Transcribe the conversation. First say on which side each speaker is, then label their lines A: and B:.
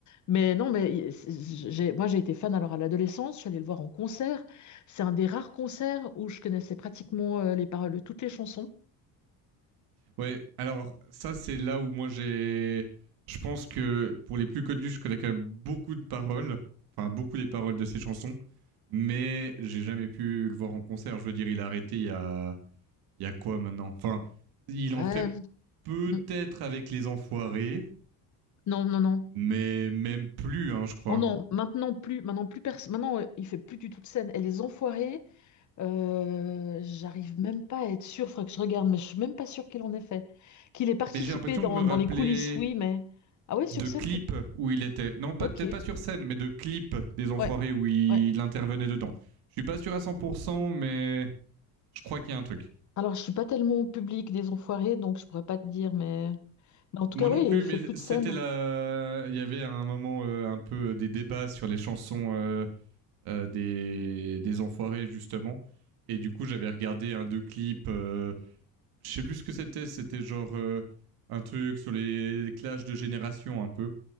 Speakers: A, on the left; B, on the right.
A: Mais non, mais il- c'est- j'ai, moi j'ai été fan alors à l'adolescence, je suis allée le voir en concert. C'est un des rares concerts où je connaissais pratiquement euh, les paroles de toutes les chansons.
B: Ouais, alors ça c'est là où moi j'ai... Je pense que pour les plus connus, je connais quand même beaucoup de paroles, enfin beaucoup des paroles de ses chansons, mais j'ai jamais pu le voir en concert. Je veux dire, il a arrêté il y a... Il y a quoi maintenant Enfin, il
A: Ouais.
B: en fait peut-être
A: Mm.
B: avec les enfoirés,
A: Non, non, non.
B: mais même plus, hein, je crois.
A: Oh non, maintenant plus, maintenant plus personne. Maintenant, euh, il fait plus du tout de scène. Et les enfoirés, euh, j'arrive même pas à être sûre, faudrait que je regarde, mais je suis même pas sûre qu'il en ait fait. Qu'il ait participé
B: Mais j'ai l'impression
A: dans,
B: de me rappeler
A: dans les coulisses, oui, mais. Ah ouais,
B: de
A: sur scène,
B: clips
A: tu.
B: où il était. Non, peut-être
A: Ok.
B: pas sur scène, mais de clips des enfoirés
A: Ouais.
B: où il
A: Ouais.
B: intervenait dedans. Je suis pas sûr à 100%, mais je crois qu'il y a un truc.
A: Alors, je suis pas tellement au public des enfoirés, donc je pourrais pas te dire, mais. Mais en tout
B: Moi
A: cas,
B: non
A: oui,
B: plus,
A: il fait
B: mais
A: plus
B: c'était
A: de scènes.
B: la. Il y avait à un moment euh, un peu des débats sur les chansons euh, euh, des... des enfoirés, justement. Et du coup, j'avais regardé un, deux clips. euh, Je sais plus ce que c'était. C'était genre euh, un truc sur les clashs de génération, un peu.